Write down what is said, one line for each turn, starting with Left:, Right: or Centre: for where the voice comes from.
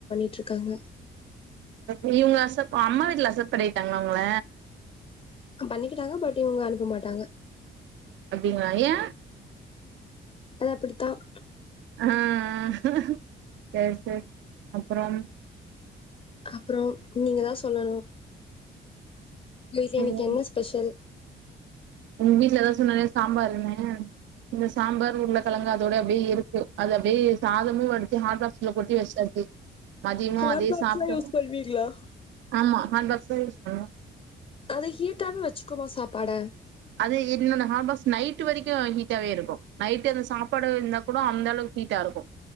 Left: ட்டு இருக்காங்க
Right: நீங்க அக்சப் அம்மா வீட்ல அக்சப் பண்ணீட்டாங்களா உங்கள
Left: பண்ணிக்கிட்டாங்க பட் இவுங்க அனுப்ப மாட்டாங்க
Right: அப்டிங்களா ஏன்
Left: அது அப்டித்தான்
Right: ஆஹ் சரி சரி அப்புறம்
Left: அப்புறம் நீங்க தான் சொல்லணும் வீட்ல இன்னைக்கு
Right: ம்
Left: என்ன ஸ்பெஷல்
Right: உங்க வீட்லதான் எதாவது சொன்னாங்களா சாம்பாருன்னு இங்க சாம்பார் உருளக் கெழங்கு அதோட அப்டியே இருக்கு அது அப்டியே சாதமும் வடுச்சு ஹாட் பாக்ஸ்ல கொட்டி வச்சாச்சு மதியமு
Left: ஹாட்பாக்ஸ்லாம்
Right: அதே சாப்ட்டோ
Left: யூஸ் பண்ணுவீங்களா
Right: ஆமா ஹாட் பாக்ஸ் தா யூஸ் பண்ணுவோ
Left: அது ஹீட்டாவே வச்சுக்குமா சாப்பாட
Right: அது இன்னொன்னு ஹாட்பாக்ஸ் நைட் வரைக்கும் ஹீட்டாவே இருக்கும் நைட்டு அந்த சாப்பாடு இருந்தா கூட அந்த அளவுக்கு ஹீட்டா இருக்கும்